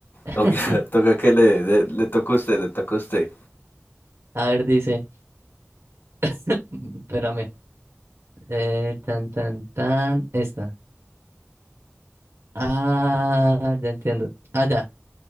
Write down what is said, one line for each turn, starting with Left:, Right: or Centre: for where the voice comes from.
Right: <laughs>
Left: Ok, <laughs> toca que le, le, le toca a usted, le toca a usted.
Right: A ver, dice. <laughs> Espérame. Eh, tan, tan, tan. Esta. Ah, ya entiendo. Ah, ya.